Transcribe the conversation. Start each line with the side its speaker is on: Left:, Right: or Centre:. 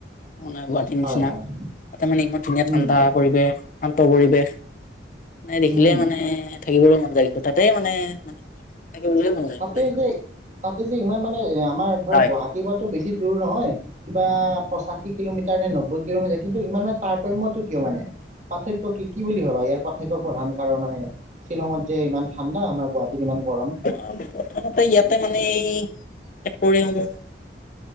Left: মানে গুৱাহাটীৰ
Right: হয়
Left: নিচিনা
Right: হয়
Left: ইয়াতে মানে ইমান ধুনীয়া
Right: উম
Left: ঠাণ্ডা পৰিৱেশ শান্ত পৰিৱেশ নাই দেখিলে
Right: উম
Left: মানে থাকিবলৈ মন যায় কিন্তু তাত। তে মানে থাকিবলৈ মন যায়
Right: তাতে
Left: সদায় মানে।
Right: যে তাতে যে ইমান মানে এ আম- আমাৰ ধৰ
Left: হয়
Right: গুৱাহাটী পৰাতো বেছি দূৰ নহয় কিবা পঁচাশী কিলোমিটাৰ নে নব- <unintelligible> যায় কিন্তু ইমান মানে তাৰতম্যতো কিয় মানে পাৰ্থক্য কি কি বুলি ভাবা ইয়াৰ পাৰ্থক্য প্ৰধান কাৰণে শ্বিলঙত যে ইমান ঠাণ্ডা আমাৰ গুৱাহাটী তিনিমান গৰম
Left: অ প্ৰথমতে ইয়াতে মানে এই ফেক্টৰিসমূহ